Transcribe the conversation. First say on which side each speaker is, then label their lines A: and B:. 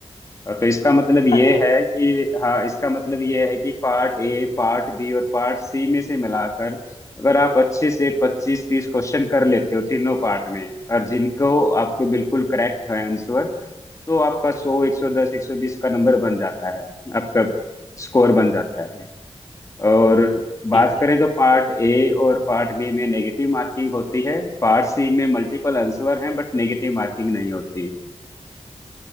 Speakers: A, on the left; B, on the left.
A: और तो इसका मतलब ये
B: अच्छा
A: है कि हाँ इसका मतलब ये है कि पार्ट ए पार्ट बी और पार्ट सी में से मिलाकर अगर आप अच्छे से पच्चीस तीस क्वेश्चन कर लेते हो तीनों पार्ट में और जिनको आपको बिल्कुल करेक्ट है आंसर तो आपका सौ एक सौ दस एक सौ बीस का नंबर बन जाता है आपका स्कोर बन जाता है और
B: जी
A: बात
B: जी
A: करें तो पार्ट ए और पार्ट बी में नेगेटिव मार्किंग होती है पार्ट सी में मल्टीपल आंसर हैं बट नेगेटिव मार्किंग नहीं होती